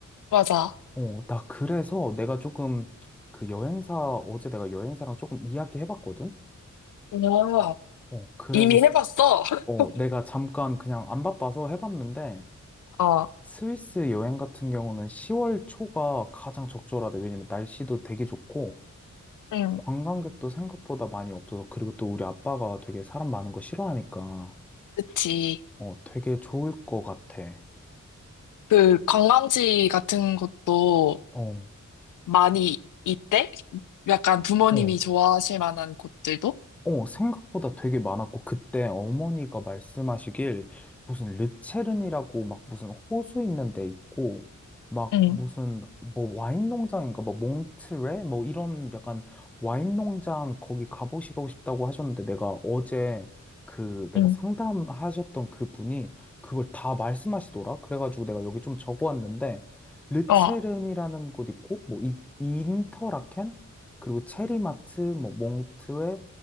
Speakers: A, on the left; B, in the centre.
A: 맞아.
B: 어, 나 그래서 내가 조금 그 여행사, 어제 내가 여행사랑 조금 이야기 해봤거든?
A: 어,
B: 어, 그래서
A: 이미 해봤어. <laughs>
B: 어, 내가 잠깐 그냥 안 바빠서 해봤는데,
A: 어,
B: 스위스 여행 같은 경우는 10월 초가 가장 적절하대. 왜냐면 날씨도 되게 좋고,
A: 응,
B: 관광객도 생각보다 많이 없어서, 그리고 또 우리 아빠가 되게 사람 많은 거 싫어하니까,
A: 그치.
B: 어, 되게 좋을 것 같아.
A: 그 관광지 같은 곳도
B: 어,
A: 많이 있대? 약간 부모님이
B: 어.
A: 좋아하실 만한 곳들도?
B: 어, 생각보다 되게 많았고, 그때 어머니가 말씀하시길, 무슨 르체른이라고 막 무슨 호수 있는 데 있고, 막
A: 응,
B: 무슨 뭐 와인 농장인가, 뭐 몽트레? 뭐 이런 약간 와인 농장 거기 가보시고 싶다고 하셨는데, 내가 어제 그 내가
A: 응.
B: 상담하셨던 그분이 그걸 다 말씀하시더라? 그래가지고 내가 여기 좀 적어왔는데, 르체른이라는
A: 어,
B: 곳 있고, 뭐 이, 인터라켄? 그리고 체리마트, 뭐 몽트레,